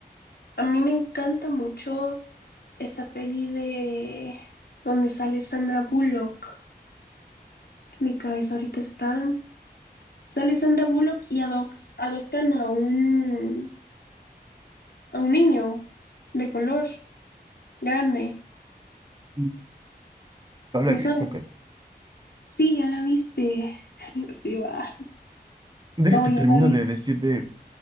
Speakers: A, on the left; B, on the right.
A: A mí me encanta mucho esta peli de donde sale Sandra Bullock. Mi cabeza ahorita está. Sale Sandra Bullock y adoc- adoptan a un, a un niño de color grande.
B: No la
A: ¿Ya
B: he visto,
A: sabes?
B: Kat.
A: Sí, ya la viste. <laughs> Sí, va.
B: Déjate,
A: No, ya
B: termino
A: la viste.
B: de decir de,